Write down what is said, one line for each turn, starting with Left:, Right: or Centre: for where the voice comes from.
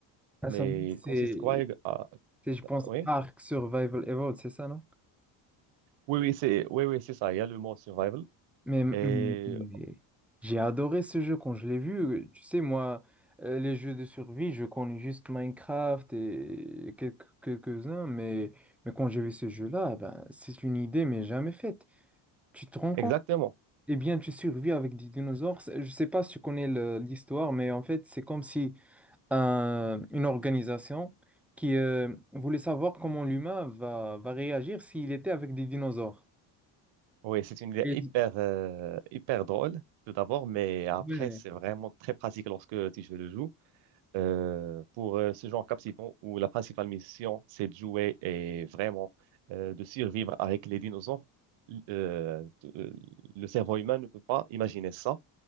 Centre: Ah,
Right: Mais
Centre: ça,
Right: il
Centre: c'est,
Right: consiste quoi? ex- à-
Centre: c'est, je pense,
Right: oui,
Centre: Ark Survival Evolved, c'est ça, non?
Right: oui, oui, c'est oui, oui, c'est ça, il y a le mot survival.
Centre: Mais, mais-
Right: Et
Centre: mais j'ai adoré ce jeu quand je l'ai vu. Tu sais, moi, euh, les jeux de survie, je connais juste Minecraft et quelques, quelques-uns, mais, mais quand j'ai vu ce jeu-là, ben, c'est une idée, mais jamais faite. Tu te rends
Right: exactement.
Centre: compte? Eh bien, tu survis avec des dinosaures. C'est- Je sais pas si tu connais le- l'histoire, mais en fait, c'est comme si un- une organisation qui euh, voulait savoir comment l'humain va, va réagir s'il était avec des dinosaures.
Right: Oui, c'est une idée
Centre: Et-
Right: hyper, euh, hyper drôle, tout d'abord, mais après,
Centre: Ouais.
Right: c'est vraiment très pratique lorsque tu joues le jeu. Euh, pour euh, ce genre captivant où la principale mission, c'est de jouer et vraiment euh, de survivre avec les dinosaures, euh, t- euh, le cerveau humain ne peut pas imaginer ça.